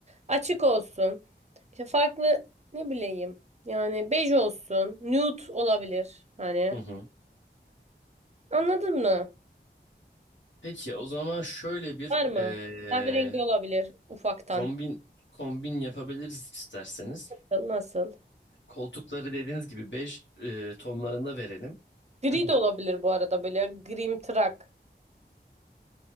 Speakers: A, on the right; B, on the left.
A: Açık olsun. İşte farklı ne bileyim. Yani bej olsun. Nude olabilir. Hani
B: Hı hı.
A: anladın mı?
B: Peki o zaman şöyle bir
A: Var mı?
B: e,
A: Kahverengi olabilir ufaktan.
B: kombin kombin yapabiliriz isterseniz.
A: Nasıl?
B: Koltukları dediğiniz gibi bej e, tonlarında verelim.
A: Gri
B: <clears throat>
A: de olabilir bu arada böyle grimtırak.